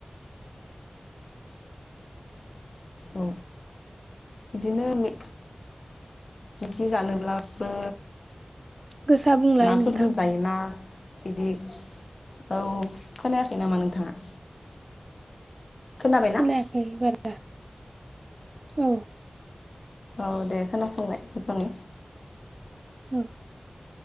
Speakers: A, on the left (about 70°); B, on the right (about 50°).
A: औ इदिनो मि मिखि जानोब्लाबो
B: गोसा बुंलाय
A: नाफोरजों
B: नोंथां
A: जायो। ना बिदि औ खोनायाखै नामा नोंथाङा? खोनाबायना
B: खोनायाखै बारा औ।
A: औ दे खोनासंलाय मोजाङै।
B: औ